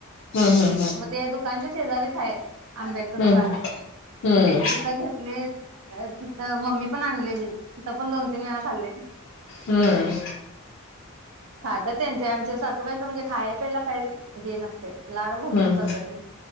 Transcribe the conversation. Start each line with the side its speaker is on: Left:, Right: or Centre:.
Left: हम्म
Right: मग ते दुकानच्या शेजारी हाय आंब्याचं
Left: हम्म
Right: दुकान
Left: हम्म
Right: म तिथ घेतले अ तिथं मम्मी पण आणलेली तिथं पण दोन तीन वेळा खाल्लयं.
Left: हम्म
Right: खात्यात त्यांचे आमच्या सासूबाईंचं म्हणजे खायाय पियायला काय हे नसतं. ते लाड भरपूर
Left: हम्म हम्म
Right: करत्यात तेनी